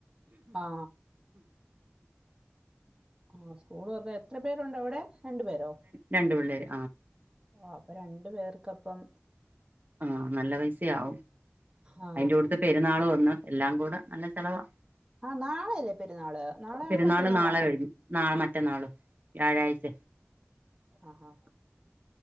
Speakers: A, on the right; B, on the right.
A: ആ ആ സ്കൂൾ തുറന്നഎത്ര പേരുണ്ട അവിടെ രണ്ടു പേരോ?
B: രണ്ടു പിള്ളേര്
A: ഓ അപ്പൊ രണ്ടു പേർക്കപ്പം
B: ആഹ നല്ല പൈസയാാവും
A: ആ
B: അതിന്റെ കൂടുത്ത് പെരുന്നാൾ വന്ന് എല്ലാം കൂടെ നല്ല ചെലവാ
A: ആ നാളെയല്ലേ പെരുന്നാള് നാളെയാണോ
B: പെരുന്നാള്
A: മറ്റന്നാളാണോ
B: നാളെ കഴിഞ്ഞു നാളെ മറ്റന്നാള് വ്യാഴായ്ച
A: ആഹഹ